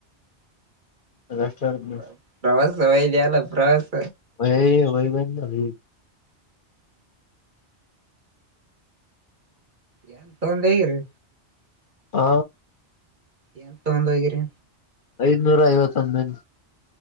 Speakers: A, on the left; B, on the right.
A: ಅದಷ್ಟ ಆಡ್ತನಿ
B: ಟಕ್ ಪ್ರವಾಸ ಹೋಯಿದಿ ಅಲ್ಲ ಪ್ರವಾಸ
A: ಹೊಯ್ ಹೋಗಿಬಂದ ಲಿಗ
B: ಏನ್ ತೊಂದೆ ಎರಡು
A: ಆ
B: ಏನ್ ತೊಂಡ ಹೋಗಿರಿ
A: ಐದನೂರಾ ಐವತ್ತೊಂದೈತಿ.